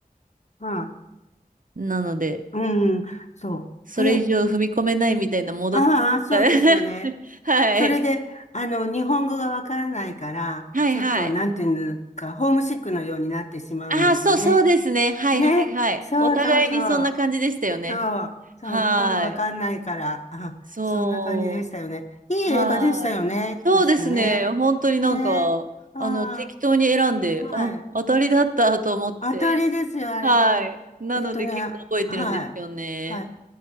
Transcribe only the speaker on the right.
なので、
それ以上踏み込めないみたいなもどかしさ、
<laughs> はい。
はいはい。
ああ、そう、そうですね。はいはいはい。
お互いにそんな感じでしたよね。
はい。
そう。
はい。そうですね。
本当になんか、
あの、適当に選んで、
あ、当たりだったと思って。
はい。なので結構覚えてるんですよね。